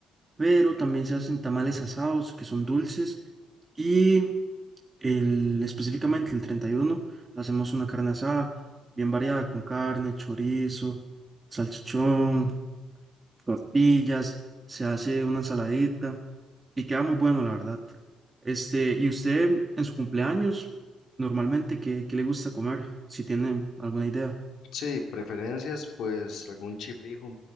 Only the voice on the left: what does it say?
Sí, preferencias, pues algún chifrijo,